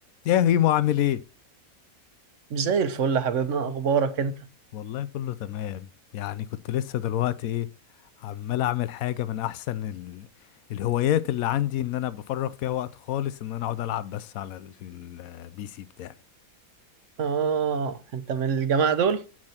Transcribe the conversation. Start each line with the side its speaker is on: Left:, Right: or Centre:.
Left: يا هيمو عامل ايه
Right: زي الفل يا حبيبنا اخبارك انت
Left: والله كله تمام يعني كنت لسه دلوقتي ايه عمال اعمل حاجه من احسن ال... الهوايات اللي عندي ان انا بفرغ فيها وقت خالص ان انا اقعد العب بس على ال- البي سي بتاعي
Right: اه انت من الجماعه دول